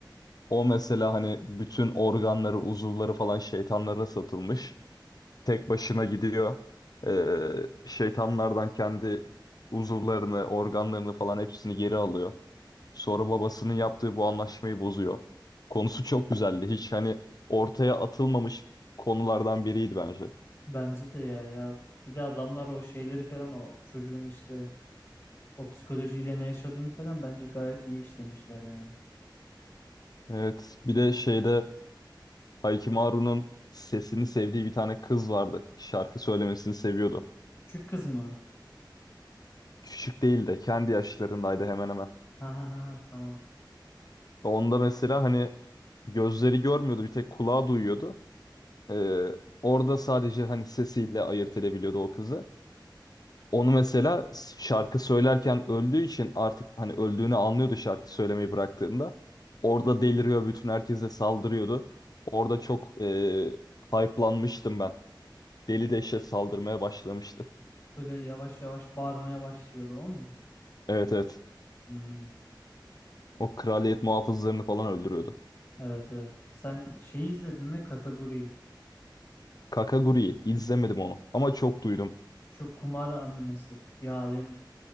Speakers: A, on the left; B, on the left.
A: O mesela hani bütün organları, uzuvları falan şeytanlara satılmış. Tek başına gidiyor. Ee, şeytanlardan kendi uzuvlarını, organlarını falan hepsini geri alıyor. Sonra babasının yaptığı bu anlaşmayı bozuyor. Konusu çok güzeldi. Hiç hani ortaya atılmamış konulardan biriydi bence.
B: Bence de ya ya. Bir de adamlar o şeyleri falan o çocuğun işte o psikolojiyle ne yaşadığını falan bence gayet iyi işlemişler yani.
A: Evet. Bir de şeyde Haikimaru'nun sesini sevdiği bir tane kız vardı. Şarkı söylemesini seviyordu.
B: Küçük kız mı?
A: küçük değil de kendi yaşlarındaydı hemen hemen.
B: Ha ha ha ha, tamam.
A: Onda mesela hani gözleri görmüyordu bir tek kulağı duyuyordu. Ee, orada sadece hani sesiyle ayırt edebiliyordu o kızı. Onu mesela s- şarkı söylerken öldüğü için artık hani öldüğünü anlıyordu şarkı söylemeyi bıraktığında. Orada deliriyor bütün herkese saldırıyordu. Orada çok e, hype'lanmıştım ben. Deli dehşet saldırmaya başlamıştı.
B: Böyle yavaş yavaş bağırmaya başlıyordu o mu?
A: Evet evet.
B: Hmm,
A: O kraliyet muhafızlarını falan öldürüyordu.
B: evet evet. Sen şey izledin mi Kakaguri'yi?
A: Kakaguri'yi izlemedim onu ama çok duydum.
B: Şu kumar animesi. Ya benim